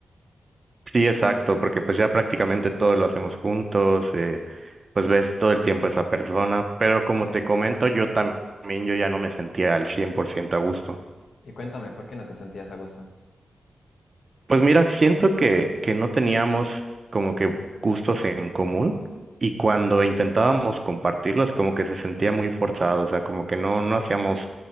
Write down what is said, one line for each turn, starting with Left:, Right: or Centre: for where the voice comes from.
Right: Sí, exacto, porque pues ya prácticamente todo lo hacemos juntos, eh, pues ves todo el tiempo a esa persona, pero como te comento, yo tam- también yo ya no me sentía al 100% a gusto.
Left: Y cuéntame, ¿por qué no te sentías a gusto?
Right: Pues mira, siento que, que no teníamos como que gustos en común y cuando intentábamos compartirlos como que se sentía muy forzado, o sea, como que no, no hacíamos